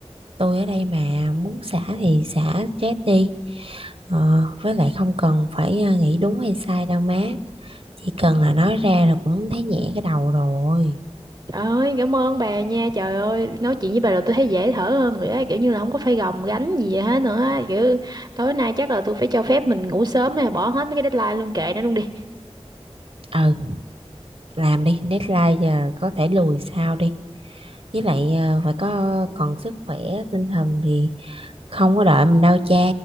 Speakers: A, on the right; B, on the right.
A: Tôi ở đây mà muốn xả thì xả stress đi. Ờ, với lại không cần phải à, nghĩ đúng hay sai đâu má. chỉ cần là nói ra là cũng thấy nhẹ cái đầu rồi
B: Trời ơi, cảm ơn bà nha. Trời ơi, nói chuyện với bà là tôi thấy dễ thở hơn rồi á, kiểu như là không có phải gồng gánh gì vậy hết nữa á. Kiểu tối nay chắc là tôi phải cho phép mình ngủ sớm nè, bỏ hết mấy cái deadline luôn kệ nó luôn đi.
A: ừ làm đi deadline giờ có thể lùi sau đi với lại à, phải có còn sức khỏe tinh thần thì không có đợi mình đâu cha